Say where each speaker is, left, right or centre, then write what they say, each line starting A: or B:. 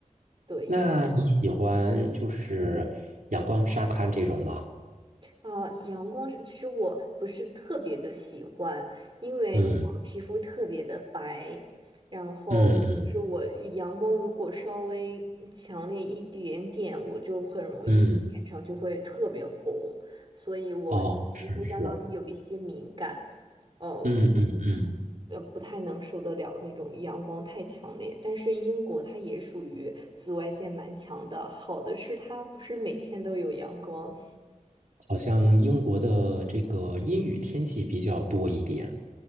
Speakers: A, on the right; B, on the right.
A: 对，
B: 那你喜欢就是阳光沙滩这种吗？
A: 啊，阳光是，其实我不是特别的喜欢，因为我皮肤特别的白，
B: 嗯
A: 然后就是我阳光如果稍微强烈一点点，
B: 嗯嗯
A: 我就很容易脸上就会特别红，
B: 嗯，
A: 所以我就皮肤相当于有一些敏感，
B: 哦，是是，
A: 嗯、
B: 嗯嗯嗯，
A: 呃，不太能受得了那种阳光太强烈。但是英国它也属于紫外线蛮强的，好的是它不是每天都有阳光。
B: 好像英国的这个阴雨天气比较多一点。